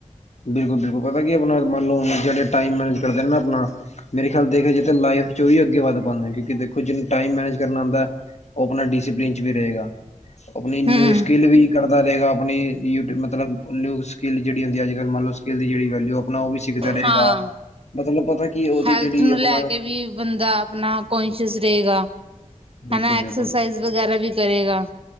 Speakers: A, on the left; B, on the right.
A: ਬਿਲਕੁਲ- ਬਿਲਕੁਲ। ਪਤਾ ਕੀ, ਆਪਣਾ ਮੰਨ ਲੋ, ਜਿਹੜੇ ਟਾਈਮ ਮੈਨੇਜ ਕਰਦੇਨ ਨਾ ਅਪਣਾ ਮੇਰੇ ਖਿਆਲ ਦੇਖਿਆ ਜਾਏ ਤਾਂ, ਲਾਈਫ'ਚ ਓਹੀ ਅੱਗੇ ਵੱਧ ਪਾਂਦਾ, ਕਿਓਂਕੀ ਦੇਖੋ, ਜਿਹਨੁੰ ਟਾਇਮ ਮੈਨੇਜ ਕਰਨਾ ਆਂਦੈ। ਉਹ, ਅਪਣਾ ਡਿਸੀਪਲਿਨ'ਚ ਵੀ ਰਹੇਗਾ। ਆਪਣੀ ਨਿਊ
B: ਹੂੰ।
A: ਸਕਿੱਲ ਵੀ ਕਰਦਾ ਰਹੇਗਾ, ਆਪਣੀ ਮਤਲਬ। ਨਿਊ ਸਕਿੱਲ, ਜਿਹੜੀ ਹੁੰਦੀ ਅੱਜ ਮੰਨ ਲੋ, ਸਕਿੱਲ ਦੀ ਜਿਹੜੀ ਵੈਲਿਊ ਆਪਣਾ ਉਹ ਵੀ ਸਿੱਖਦਾ ਰਹੇਗਾ।
B: ਹਾਂ
A: ਮਤਲਬ, ਪਤਾ ਕੀ ਏ, ਉਹਦੀ,
B: ਹੈਲਥ
A: ਜਿਹੜੀ
B: ਨੂੰ
A: ਅਪਨਾ
B: ਲੈ ਕੇ ਵੀ ਬੰਦਾ ਆਪਣਾ ਕੋਂਸ਼ੀਅਸ ਰਹੇਗਾ।
A: ਬਿਲਕੁੱਲ,
B: ਹਨਾ
A: ਬਿਲਕੁੱਲ।
B: ਐਕਸਰਸਾਈਜ਼ ਵਗੈਰਾ ਵੀ ਕਰੇਗਾ।